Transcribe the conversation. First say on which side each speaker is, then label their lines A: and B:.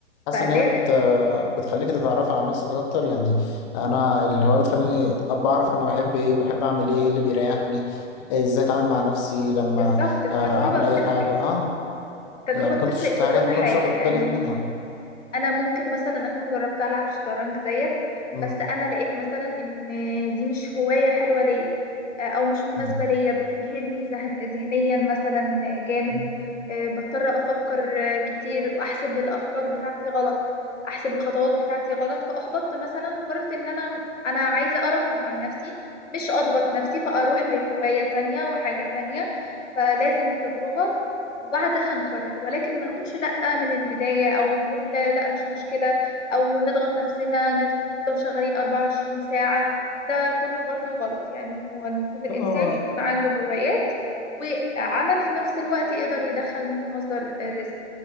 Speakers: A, on the left (about 35°); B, on the left (about 75°).
A: حاسس
B: فلازم
A: ان هي بت بتخليك تتعرف على نفسك اكتر يعني انا اللي هو بتخليني ابقى اعرف انا بحب ايه بحب اعمل ايه إيه اللي بيريحني ازاي اتعامل مع نفسي لما
B: بالظبط التجربة
A: آه اعمل
B: بتفرق
A: اي حاجه اه
B: التجربة
A: يعني ما
B: بتفرق
A: كنتش في
B: في
A: حاجات
B: كل
A: ما
B: حاجة
A: كنتش واخد
B: يعني
A: بالي منها
B: أنا ممكن مثلا أكون جربت ألعب شطرنج زيك
A: مم.
B: بس أنا لقيت مثلا إن دي مش هواية حلوة ليا آه، أو مش مناسبة
A: مم.
B: ليا بتجهدني ذهن- ذهنيا مثلا جامد
A: مم.
B: أه، بضطر أفكر آه، كتير وأحسب الأفكار بتاعتي غلط أحسب الخطوات بتاعتي غلط فأحبطت مثلا وقررت إن أنا أنا عايزة أرفه عن نفسي مش أضغط نفسي فأروح لهواية تانية وحاجة تانية فلازم التجربة وبعدها نقرر ولكن ما نقولش لأ من البداية أو نقول لأ مش مشكلة أو نضغط نفسنا نف- نفضل شغالين 24 ساعة ده كله برضو غلط يعني هو المفروض الإنسان
A: هو
B: يكون عنده هوايات وعمل في نفس الوقت يقدر يدخل منه مصدر الرزق